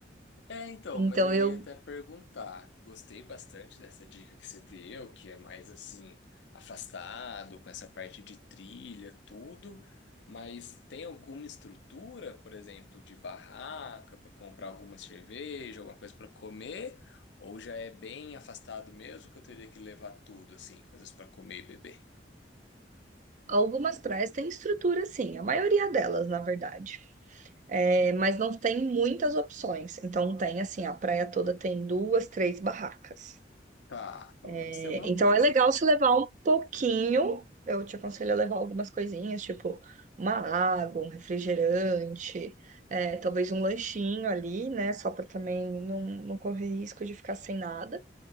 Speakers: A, on the left; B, on the right.
A: É, então,
B: Então,
A: mas eu
B: eu,
A: ia até perguntar. Gostei bastante dessa dica que você deu, que é mais assim, afastado, com essa parte de trilha, tudo. Mas tem alguma estrutura, por exemplo, de barraca para comprar alguma cerveja, alguma coisa para comer? Ou já é bem afastado mesmo que eu teria que levar tudo, assim, coisas para comer e beber?
B: algumas praias têm estrutura, sim, a maioria delas, na verdade. É, mas não tem muitas opções. Então tem assim, a praia toda tem duas, três barracas.
A: Tá, pelo
B: É,
A: menos tem alguma
B: então
A: coisa,
B: é legal
A: então.
B: se levar um pouquinho. Eu te aconselho a levar algumas coisinhas, tipo uma água, um refrigerante, é, talvez um lanchinho ali, né? Só para também não, não correr risco de ficar sem nada.